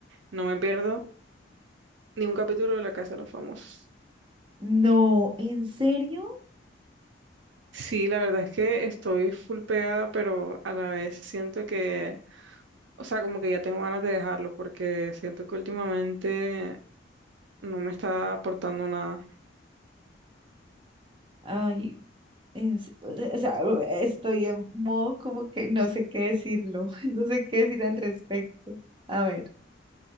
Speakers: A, on the right; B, on the right.
A: no me pierdo ni un capítulo de La Casa de los Famosos.
B: No, ¿en serio?
A: Sí, la verdad es que estoy full pegada, pero a la vez siento que, o sea, como que ya tengo ganas de dejarlo, porque siento que últimamente no me está aportando nada.
B: Ay, en se- o sea, estoy en modo como que no sé qué decirlo, <laughs> no sé qué decir al respecto. A ver,